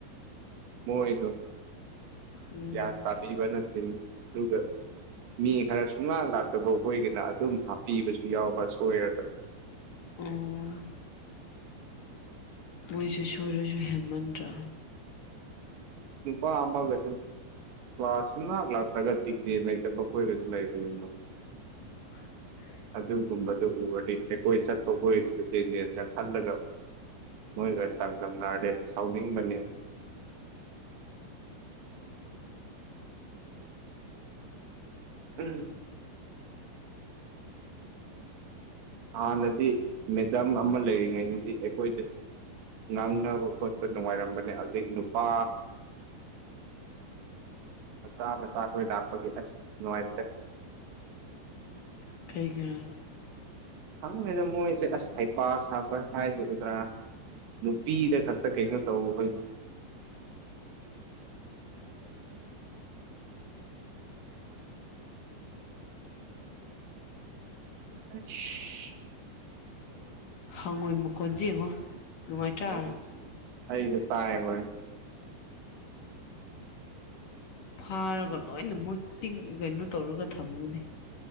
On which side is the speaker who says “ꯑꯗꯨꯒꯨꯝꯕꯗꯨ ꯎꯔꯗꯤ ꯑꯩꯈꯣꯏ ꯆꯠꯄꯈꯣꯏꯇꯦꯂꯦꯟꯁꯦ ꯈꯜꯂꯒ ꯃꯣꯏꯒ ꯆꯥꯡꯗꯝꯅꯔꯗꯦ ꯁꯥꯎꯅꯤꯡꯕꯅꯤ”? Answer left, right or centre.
Right